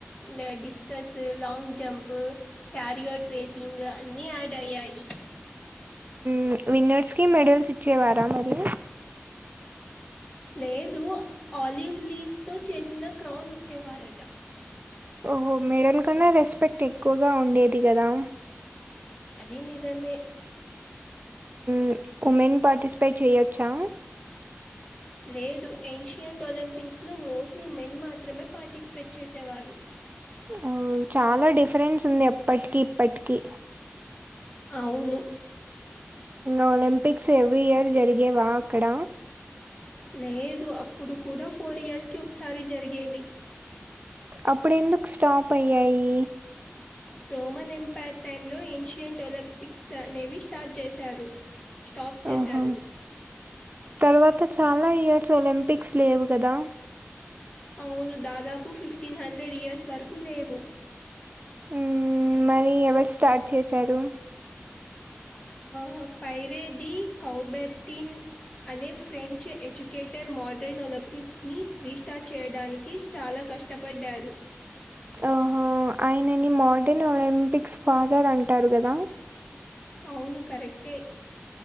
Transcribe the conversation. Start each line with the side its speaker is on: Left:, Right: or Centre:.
Left: నే డిస్కస్ లాంగ్ జంప్ క్యారియో ట్రేసింగ్ అన్ని యాడ్ అయ్యాయి
Right: మ్ విన్నర్స్ కి మెడల్స్ ఇచ్చేవారా మరి
Left: లేదు ఆలివ్ లీవ్స్ తో చేసిన క్రౌన్ ఇచ్చేవారట
Right: ఓహో మెడల్ కన్నా రెస్పెక్ట్ ఎక్కువగా ఉండేది కదా
Left: అదీ నిజమే
Right: మ్ ఉమెన్ పార్టిసిపేట్ చేయొచ్చా
Left: లేదు ఏన్షియంట్ ఒలింపిక్స్ లో మోస్ట్లీ మెన్ మాత్రమే పార్టిసిపేట్ చేసేవారు
Right: ఓహ్! చాలా డిఫరెన్స్ ఉంది అప్పటికిీ ఇప్పటికీ
Left: అవును
Right: ఒలింపిక్స్ ఎవ్రీ ఇయర్ జరిగేవా అక్కడ
Left: లేదు అప్పుడు కూడా ఫోర్ ఇయర్స్ కి ఒకసారి జరిగేవి
Right: అప్పుడు ఎందుకు స్టాప్ అయ్యాయి
Left: రోమన్ ఎంపైర్ టైమ్ లో ఏన్షియంట్ ఒలింపిక్స్ అనేవి స్టార్ట్ చేశారు స్టాప్ చేశారు
Right: ఓహో! తర్వాత చాలా ఇయర్స్ ఒలింపిక్స్ లేవు కదా
Left: అవును దాదాపు ఫిఫ్టీన్ హండ్రెడ్ ఇయర్స్ వరకు లేవు
Right: మ్ మరీ ఎవరు స్టార్ట్ చేశారు
Left: మ్ పైరేది కౌబెర్తన్ అనే ఫ్రెంచ్ ఎడ్యుకేటర్ మోడ్రైన్ ఒలింపిక్స్ ని రీస్టార్ట్ చేయడానికి చాలా కష్టపడ్డారు
Right: ఓహో ఆయనని మోడర్న్ ఒలింపిక్స్ ఫాదర్ అంటారు కదా
Left: అవును కరెక్టే